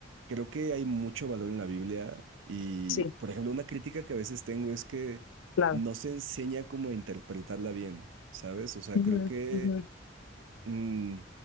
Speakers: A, on the right; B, on the left.
A: creo que hay mucho valor en la Biblia y,
B: sí,
A: por ejemplo, una crítica que a veces tengo es que
B: claro.
A: no se enseña cómo interpretarla bien, ¿sabes? O sea,
B: Ujú,
A: creo que
B: ujú.
A: Mm,